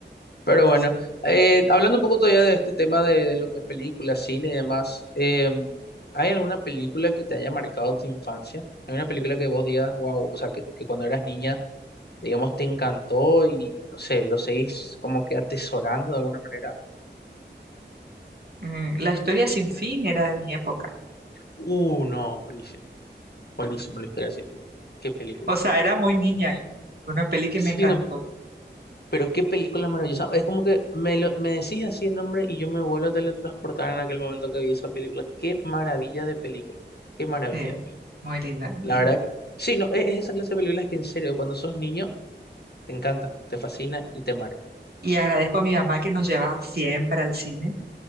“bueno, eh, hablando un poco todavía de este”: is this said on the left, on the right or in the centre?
Left